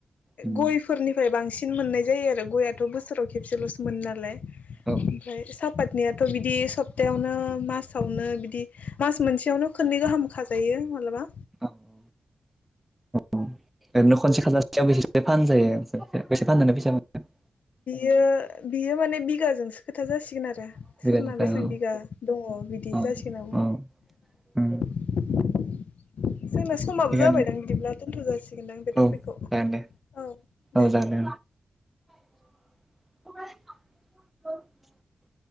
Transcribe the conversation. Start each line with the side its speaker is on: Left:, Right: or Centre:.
Centre: उम
Left: गयफोरनिफ्राय बांसिन सिन मोननाय जायो आरो गयाथ' बोसोराव खेबसेल'सो मोनो नालाय। ओमफ्राय
Centre: औ
Left: सापात नियाथ' बिदि सप्तायावनो मास सावनो बिदि मास मोनसेयावनो खोननै गाहाम खाजायो मालाबा।
Centre: औ औ ओरैनो खनसे खाजासेयाव बेसेसो फानजायो बेसे फाननानै फैसा मोनो?
Left: बियो बियो माने बिगाजोंसो खोथा जासि यचयचढसासे
Centre: मोनो
Left: क्षगोन आरो। ना बेसेबां बिघा दङ' बिदि
Centre: औ
Left: जासिगोन आ।
Centre: औ
Left: <inaudible> जोंना समाबो
Centre: थिगानो
Left: जाबायदां बिदिब्ला दोनथ' जासिगोनदां बे टपिकखौ
Centre: औ
Left: औ
Centre: जागोन दे
Left: दे
Centre: औ जागोन
Left: दे।
Centre: <unintelligible>